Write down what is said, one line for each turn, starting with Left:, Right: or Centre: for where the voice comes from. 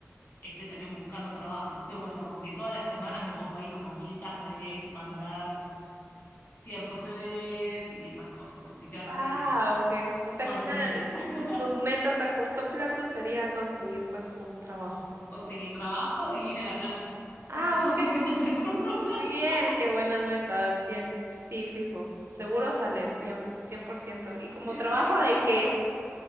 Left: estoy también buscando trabajo. Entonces, bueno, como que todas las semanas me pongo ahí como metas de mandar ciertos CVs y esas cosas. Así que ahora
Right: ah,
Left: estoy en esa, como
Right: ok. O sea
Left: mandando
Right: que una
Left: CVs.
Right: de
Left: <laughs>
Right: tus metas a corto plazo sería conseguir pues un trabajo.
Left: Conseguir trabajo y ir a la playa.
Right: Ah,
Left: Esas
Right: ok,
Left: son mis metas a corto <laughs> plazo.
Right: bien, qué buenas metas, 100, sí, fijo, seguro sales cien, cien por ciento. ¿Y como
Left: Esperemos.
Right: trabajo de qué?